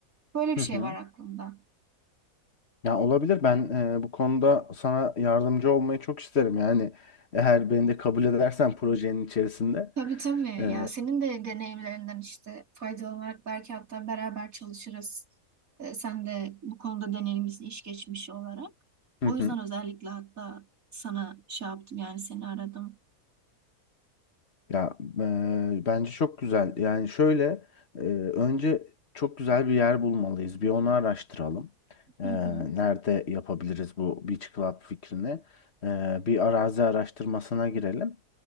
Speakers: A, on the right (about 75°); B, on the left (about 50°).
A: Böyle bir
B: Hı
A: şey
B: hı.
A: var aklımda.
B: Ya olabilir. Ben e, bu konuda sana yardımcı olmayı çok isterim. Yani eğer beni de kabul edersen projenin içerisinde.
A: Tabii tabii.
B: E,
A: Ya senin de deneyimlerinden işte faydalanarak belki hatta beraber çalışırız. E, sen de bu konuda deneyimlisin iş geçmişi olarak.
B: hı
A: O
B: hı.
A: yüzden özellikle hatta sana şey yaptım yani seni aradım.
B: Ya eee, bence çok güzel. Yani şöyle eee, önce çok güzel bir yer bulmalıyız. Bir onu araştıralım. Eee,
A: Hı hı.
B: nerede yapabiliriz bu Beach Club fikrini? Eee, bir arazi araştırmasına girelim.